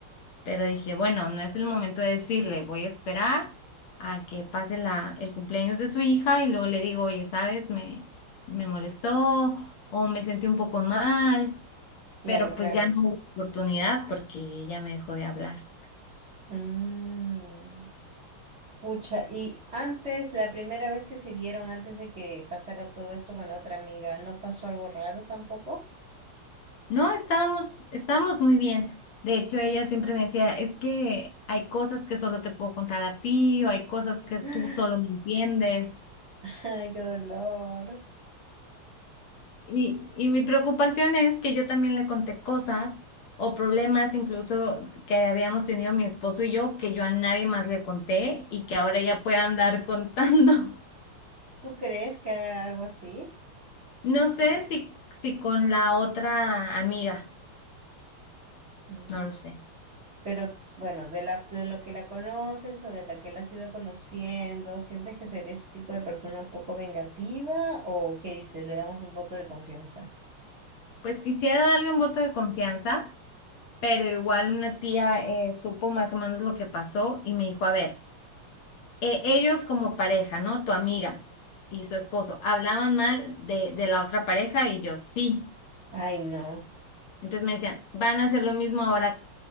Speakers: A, on the left; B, on the right.
A: Pero dije, bueno, no es el momento de decirle, voy a esperar a que pase la, el cumpleaños de su hija y luego le digo, oye, ¿sabes? Me, me molestó o me sentí un poco mal,
B: Claro,
A: pero
B: claro.
A: pues ya no hubo oportunidad porque ella me dejó de hablar.
B: Mm, Pucha, y antes, la primera vez que se vieron, antes de que pasara todo esto con la otra amiga, ¿no pasó algo raro tampoco?
A: No, estábamos, estábamos muy bien. De hecho, ella siempre me decía, es que hay cosas que solo te puedo contar a ti o hay cosas que tú
B: <gasps>
A: solo me entiendes.
B: Ay, qué dolor.
A: Y, y mi preocupación es que yo también le conté cosas o problemas incluso que habíamos tenido mi esposo y yo, que yo a nadie más le conté y que ahora ella pueda andar contando. <laughs>
B: ¿Tú crees que haga algo así?
A: No sé si, si con la otra amiga,
B: Mm,
A: no lo sé.
B: Pero bueno, de la, de lo que la conoces o de la que la has ido conociendo, ¿sientes que sería ese tipo de persona un poco vengativa o qué dices? Le damos un voto de confianza.
A: Pues quisiera darle un voto de confianza, pero igual una tía eh, supo más o menos lo que pasó y me dijo, a ver, eh, ellos como pareja, ¿no? Tu amiga y su esposo, hablaban mal de, de la otra pareja y yo, sí.
B: Ay, no.
A: Entonces me decían, van a hacer lo mismo ahora